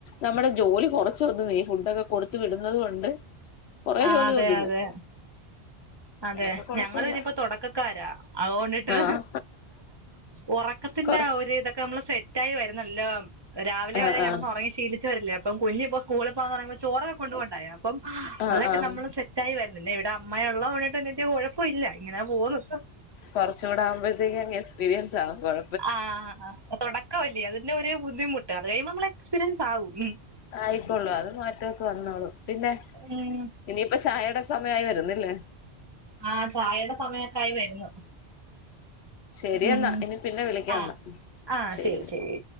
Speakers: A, on the left; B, on the right.
A: നമ്മളെ ജോലി കൊറച്ച് വന്ന് നീ ഫുഡൊക്കെ കൊടുത്ത് വിടുന്നത് കൊണ്ട് കൊറെ
B: ആ
A: ജോലി
B: അതെ
A: ഒതുങ്ങും.
B: അതെ അതെ
A: അങ്ങനെയൊക്കെ കൊഴപ്പമില്ല
B: ഞങ്ങള് പിന്നെപ്പോ തൊടക്കക്കാരാ അതുകൊണ്ടിട്ട്
A: ആഹ്
B: ഒറക്കത്തിന്റെ
A: കൊറ
B: ആ ഒരു ഇതൊക്കെ നമ്മള് സെറ്റായി വരുന്നല്ലോ രാവിലെ
A: ആഹ്
B: വരെ കിടന്ന്
A: ആഹ്
B: ഉറങ്ങി ശീലി ച്ച വരല്ലേ അപ്പം കുഞ്ഞ് ഇപ്പൊ സ്‌കൂള് പോകാ ന്നറയുമ്പോ ചോറൊക്കെ കൊണ്ടു പോണ്ടായ അപ്പം
A: ആഹ്
B: അതൊക്കെ
A: ആഹ്
B: നമ്മള് സെ റ്റായി വരുന്നില്ലേ ഇവിടെ അമ്മയ ഉള്ളോണിട്ട്ന്ന കുഴപ്പ ഇല്ല ഇങ്ങനാ പോകുന്നു
A: കൊർച്ച് കൂടെ ആവുമ്പഴത്തേക്ക് അങ് എക്സ്പീരിയൻസ് ആവും കുഴ
B: ആഹ് തൊടക്കമല്ലേ അതിന്റെ ഒരു ബുദ്ധിമുട്ട് അത് കഴിയുമ്പോ നമ്മള എക്സ്പീരിയൻസ് ആവും
A: ആയിക്കോളൂ അത് മാറ്റമൊക്കെ വന്നോളും പിന്നെ
B: ഉം
A: ഇനിയിപ്പ ചായയുടെ സമയായി വരുന്നില്ലേ
B: ആഹ് ചായയുടെ സമയൊക്കെ ആയി വരുന്നു
A: ശരിയെന്നാ
B: ഉം
A: ഇനി പിന്നെ വിളിക്കാന്നാ
B: ആഹ് ആഹ്
A: ശരി
B: ശെരി
A: ശരി
B: ശെരി